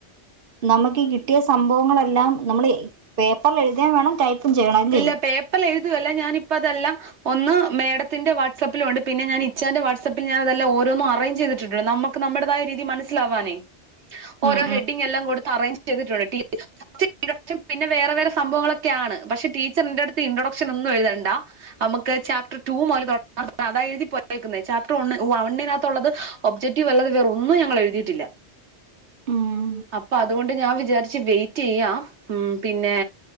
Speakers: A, on the right; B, on the right.
A: നമുക്ക് കിട്ടിയ സംഭവങ്ങളെല്ലാം നമ്മള് എ പേപ്പറിൽ എഴുതേം വേണം ടൈപ്പും ചെയ്യണം അല്ലേ
B: ഇല്ല പേപ്പറിൽ എഴുതുകയല്ല ഞാനിപ്പോ അതെല്ലാം ഒന്ന് മേഡത്തിന്റെ വാട്സആപ്പിലുണ്ട് പിന്നെ ഞാൻ ഇച്ചാന്റെ വാട്സആപ്പിൽ ഞാ അതല്ലാം ഓരോന്നും അറേഞ്ച് ചെയ്തിട്ടുണ്ട് നമ്മുക്ക് നമ്മുടേതായ രീതി മനസ്സിലാവാനേ ഓരോ
A: ഉം
B: ഹെഡിങ്ല്ലാം കൊടുത്ത് അറേഞ്ച് ചെയ്തിട്ടുണ്ട് <unintelligible> പിന്നെ വേറെ വേറെ സംഭവങ്ങളൊക്കെയാണ് പഷെ ടീച്ചർന്റെടുത്ത് ഇൻട്രൊഡക്ഷൻ ഒന്നും എഴുതണ്ട അമുക്ക് ചാപ്റ്റർ ടു മുതല് തൊടങ്ങാം അതാ എഴുതി പോയേക്കുന്നെ ചാപ്റ്റർ ഒണ് വണ്ണിനകത്തൊള്ളത് ഒബ്ജക്റ്റീവ് അല്ലതേ വേറൊന്നും ഞങ്ങൾ എഴുതിട്ടില്ല
A: ഉം
B: അപ്പ അതുകൊണ്ട് ഞാൻ വിചാരിച്ച് വെയിറ്റീയ്യാം ഉം പിന്നെ